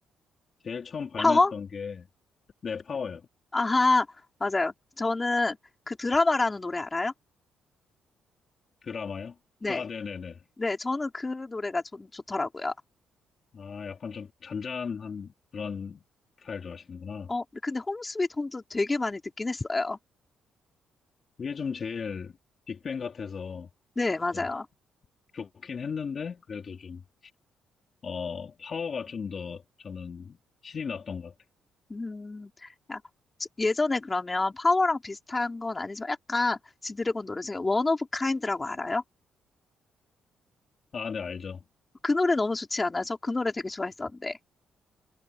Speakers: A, on the left (about 45°); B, on the left (about 20°).
A: 제일 처음 발매했던
B: 파워?
A: 게 네, 파워요.
B: 아하, 맞아요. 저는 그 드라마라는 노래 알아요?
A: 드라마요?
B: 네.
A: 아, 네네네.
B: 네, 저는 그 노래가 좋, 좋더라고요.
A: 아, 약간 좀 잔잔한 그런 스타일 좋아하시는구나.
B: 어, 근데 홈 스윗 홈도 되게 많이 듣긴 했어요.
A: 그게 좀 제일 빅뱅 같아서
B: 네, 맞아요.
A: 좀 좋긴 했는데 그래도 좀 어, 파워가 좀 더 저는 신이 났던 것 같아요.
B: 음, 야, 예전에 그러면 파워랑 비슷한 건 아니지만 약간 지드래곤 노래 중에 원 오브 카인드라고 알아요?
A: 아, 네, 알죠.
B: 그 노래 너무 좋지 않아요? 저 그 노래 되게 좋아했었는데.